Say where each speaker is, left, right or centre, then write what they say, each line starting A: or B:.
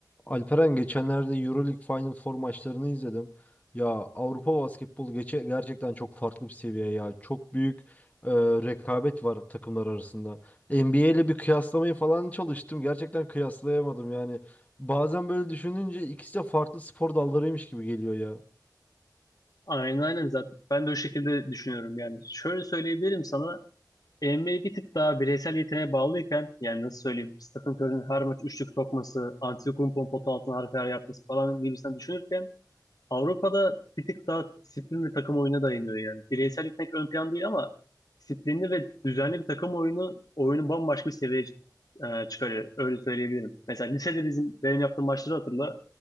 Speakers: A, on the left; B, on the left.
A: Alperen geçenlerde EuroLeague Final Four maçlarını izledim. Ya Avrupa basketbol geçe gerçekten çok farklı bir seviye ya. Çok büyük e, rekabet var takımlar arasında. NBA ile bir kıyaslamayı falan çalıştım. Gerçekten kıyaslayamadım yani. Bazen böyle düşününce ikisi de farklı spor dallarıymış gibi geliyor ya.
B: Aynen aynen zaten. Ben de o şekilde düşünüyorum yani. Şöyle söyleyebilirim sana. NBA bir tık daha bireysel yeteneğe bağlıyken yani nasıl söyleyeyim Stephen Curry'nin her maç üçlük sokması, Antetokounmpo'nun pota altına harika yer yapması falan gibisinden düşünürken Avrupa'da bir tık daha disiplin ve takım oyuna dayanıyor yani. Bireysellik pek ön plan değil ama disiplinli ve düzenli bir takım oyunu oyunu bambaşka bir seviyeye e, çıkarıyor. Öyle söyleyebilirim. Mesela lisede bizim benim yaptığım maçları hatırla.